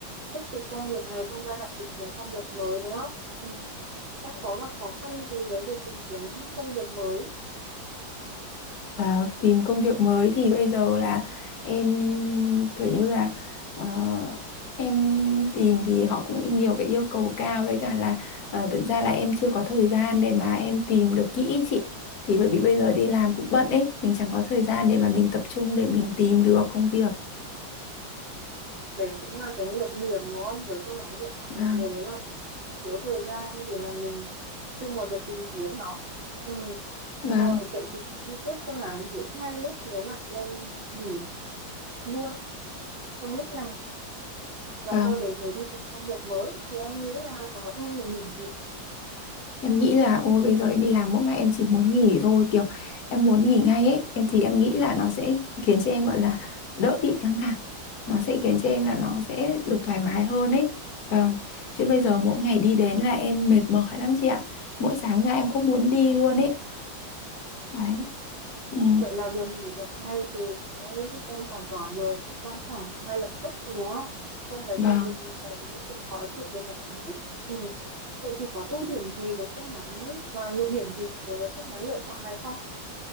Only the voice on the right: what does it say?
tiếp tục công việc này trong giai đoạn tìm kiếm công việc mới đúng không ừ. em có gặp khó khăn gì với việc tìm kiếm công việc mới
đấy cũng là cái nhược điểm đúng không với phương án lựa chọn
này đấy là mình thiếu thời gian để mà mình chung vào việc tìm kiếm nó ừ.
rồi vậy thì đi tiếp phương án thứ hai nhé nếu mà em nghỉ luôn trong lúc này và
sau đấy mới đi tìm công việc mới thì em nghĩ là có ưu nhược điểm gì
căng
thẳng
Vậy là việc nghỉ việc ngay thì sẽ giúp em giải tỏa được căng thẳng ngay lập tức đúng không? Không phải
chịu đựng những cái sự khó chịu về mặt cảm xúc. Ừ. Vậy thì có ưu điểm gì với phương án và nhược điểm gì đối với phương án lựa chọn này không?